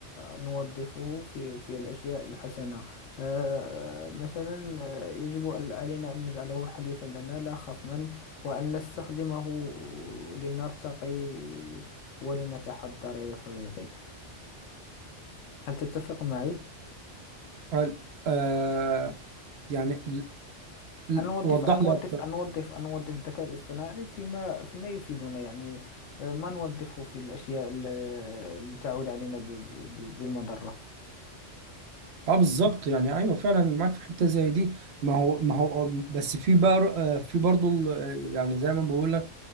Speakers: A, on the left; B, on the right.
A: نوظفه في في الأشياء الحسنة آه، مثلا آه، يجب ال- علينا أن نجعله حليفا لنا لا خصما وأن نستخدمه لنرتقي ولنتحضر يا صديقي هل تتفق معي؟
B: هل آه يعني ل- ل-
A: أنوظف
B: وضح
A: أنوظف
B: لي اكتر
A: أنوظف أنوظف الذكاء الاصطناعي فيما فيما يفيدنا يعني آه، ما نوظفه في الأشياء ال- اللي تعود علينا ب- ب- بالمضرة
B: اه بالظبط يعني ايوه فعلا معاك في حته زي دي ما هو ما هو آه، بس في بار آه، في برضه ال- آه، يعني زي ما بقول لك